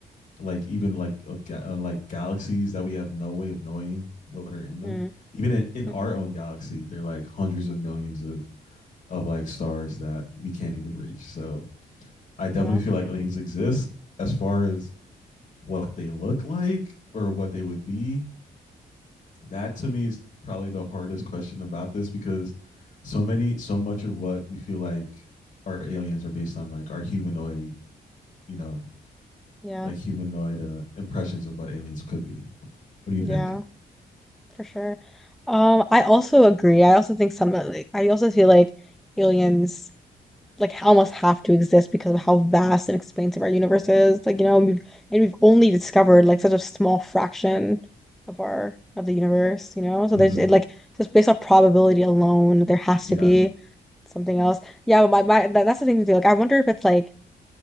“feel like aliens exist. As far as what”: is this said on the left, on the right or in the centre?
Left